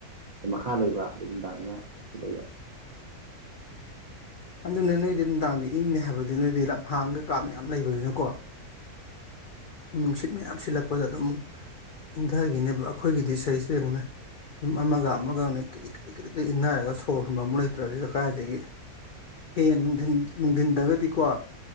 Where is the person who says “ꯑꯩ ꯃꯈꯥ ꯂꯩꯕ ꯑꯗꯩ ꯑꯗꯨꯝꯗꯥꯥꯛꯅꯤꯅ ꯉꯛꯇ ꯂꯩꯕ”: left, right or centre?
Right